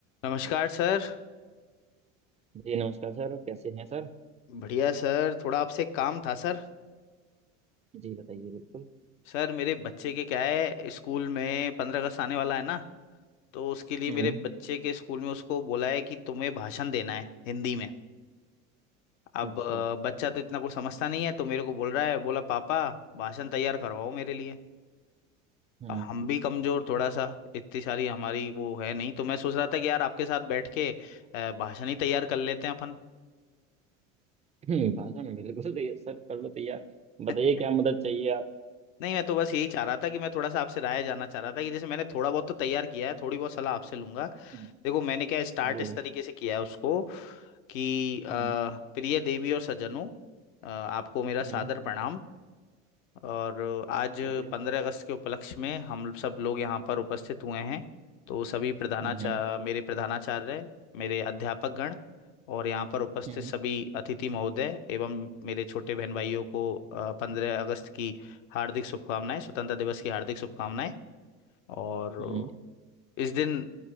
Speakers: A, on the left (about 70°); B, on the right (about 20°).
A: नमस्कार सर
B: जी नमस्कार सर कैसे हैं सर
A: बढ़िया सर थोड़ा आपसे एक काम था सर
B: जी बताइए बिल्कुल
A: सर मेरे बच्चे के क्या है स्कूल में पंद्रह अगस्त आने वाला है ना तो उसके लिए
B: हम्म
A: मेरे बच्चे के स्कूल में उसको बोला है कि तुम्हें भाषण देना है हिंदी में अब
B: अच्छा
A: अ, बच्चा तो इतना कुछ समझता नहीं है तो मेरे को बोल रहा है बोला पापा भाषण तैयार करवाओ मेरे लिए
B: हम्म
A: अब हम भी कमजोर थोड़ा सा इतनी सारी हमारी वो है नहीं तो मैं सोच रहा था कि यार आपके साथ बैठ के अ, भाषण ही तैयार कर लेते हैं अपन
B: <clears throat> हम्म, भाषण बिल्कुल तैयार सर कर लो तैयार बताइए
A: <laughs>
B: क्या मदद चाहिए आप
A: नहीं मैं तो बस यही चाह रहा था कि मैं थोड़ा सा आपसे राय जानना चाह रहा था कि जैसे मैंने थोड़ा बहुत तो तैयार किया है थोड़ी बहुत सलाह आपसे लूंगा
B: हम्म,
A: देखो मैंने क्या स्टार्ट
B: जी
A: इस
B: जी,
A: तरीके से किया है उसको कि अ,
B: हम्म
A: प्रिय देवी और सज्जनों अ, आपको मेरा
B: हम्म
A: सादर प्रणाम और आज
B: ठीक है
A: पंद्रह अगस्त के उपलक्ष्य में हम सब लोग यहाँ पर उपस्थित हुए हैं तो सभी प्रधानाचार्य
B: हम्म हम्म
A: मेरे प्रधानाचार्य मेरे अध्यापक गण और यहाँ पर उपस्थित
B: हम्म
A: सभी अतिथि महोदय एवं मेरे छोटे बहन भाइयों को पंद्रह अगस्त की हार्दिक शुभकामनाएं स्वतंत्रता दिवस की हार्दिक शुभकामनाएं और
B: हम्म
A: इस दिन